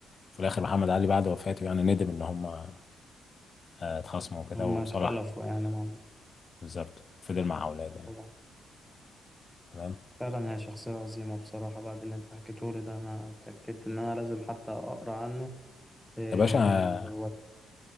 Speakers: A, on the left; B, in the centre.
A: في الاخر محمد علي بعد وفاته يعني ندم ان هم آه، اتخاصموا كده
B: هم
A: وصلح
B: اختلفوا يعني مع بعض
A: بالظبط وفضل مع اولاده يعني
B: طبعا
A: تمام
B: فعلا هي شخصية عظيمة بصراحة بعد اللي انت حكيته لي ده انا اتأكدت ان انا لازم حتى اقرا عنه إيه
A: يا باشا
B: هو